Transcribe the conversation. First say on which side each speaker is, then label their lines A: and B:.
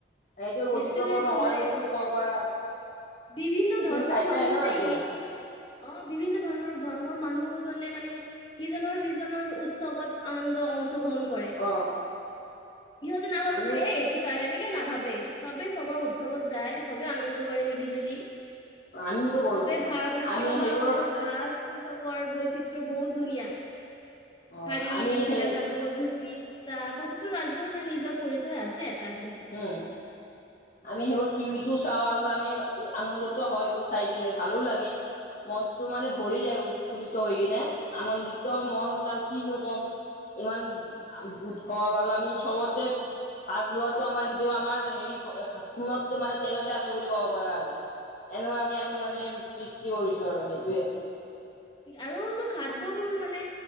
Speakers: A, on the left; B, on the left.
A: সেইটো বৈচত্ৰ্যপূৰ্ণ
B: সেইটোয়েতো
A: হয়
B: মানে
A: বুলি তুমি কব পাৰা।
B: বিভিন্ন ধৰ্মৰ
A: তুমি চাইছাই
B: মানুহ
A: ন
B: যে
A: এইটো
B: ই অ বিভিন্ন ধৰণৰ ধৰ্মৰ মানুহজনে মানে সিজনৰ সিজনৰ উৎসৱত আনন্দ অং গ্ৰহণ কৰে,
A: অ
B: সিহঁতে নাভাবি
A: আমিও
B: যে এই এইটো তাৰ, এনেকে নাভাবে, সবে সবৰে উৎসৱত যায় সবেই আনন্দ কৰে মিলি জুলি।
A: আমিওতো কৰো
B: সবেই ভাৰ মানে পৰম্পৰাগত
A: আমি সেইবোৰ
B: হাঁজ পোছাকৰ বৈচিত্ৰ বহুত ধুনীয়া,
A: অ
B: শাৰী,
A: আমি
B: মেখেলা
A: সেই
B: চাদৰ, ধু ধূতি, কুৰ্তা প্ৰতিটো ৰাজ্যৰ মানে নিজৰ পৰিচয় আছে এটা কিন্তু।
A: উম, আমি সেইবোৰ টিভিটো চাওঁ আৰু আমি আনন্দটো হয় এইবোৰ চাই কিনে ভালো লাগে, মনটো মানে
B: অ',
A: ভৰি যায় উ উৎফুল্লিত হৈ কিনে, আনন্দিত
B: অ',
A: মন আৰু কিনো কম। ইমান উৎসৱ আৰু আমি চবতে ভাগ লোৱাত আমাৰ সেইটো আমাৰ হেৰি সোণত মানে তেজতে আছে বুলি ক'ব পাৰা আৰু। এনকাকে আমি
B: অ',
A: মানে সৃষ্টি কৰিছো আৰু সেইটোৱে।
B: আৰু তো খাদ্যবোৰ মানে